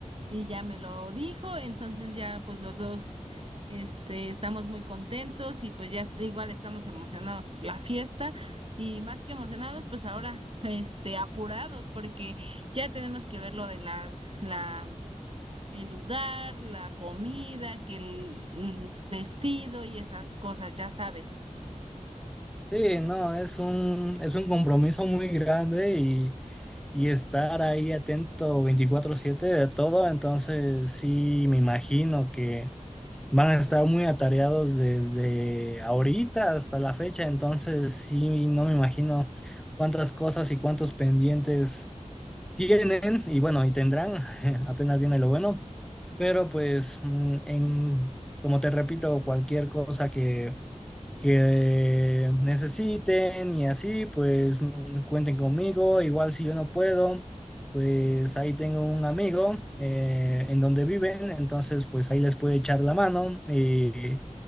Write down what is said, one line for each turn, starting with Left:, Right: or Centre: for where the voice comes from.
Right: y ya me lo dijo. Entonces ya pues los dos este, estamos muy contentos y pues ya est- igual estamos emocionados por la fiesta. Y más que emocionados, pues ahora, este, apurados, porque ya tenemos que ver lo de las, la, el lugar, la comida, que el, el vestido y esas cosas, ya sabes.
Centre: Sí, no, es un, es un compromiso muy grande y y estar ahí atento veinticuatro siete de todo, entonces sí me imagino que van a estar muy atareados desde ahorita hasta la fecha, entonces sí no me imagino cuántas cosas y cuántos pendientes tienen y bueno, y tendrán, <laughs> apenas viene lo bueno, pero pues mm, en, como te repito, cualquier cosa que que necesiten y así, pues mm, cuenten conmigo. Igual si yo no puedo, pues ahí tengo un amigo eh, en donde viven, entonces pues ahí les puedo echar la mano y,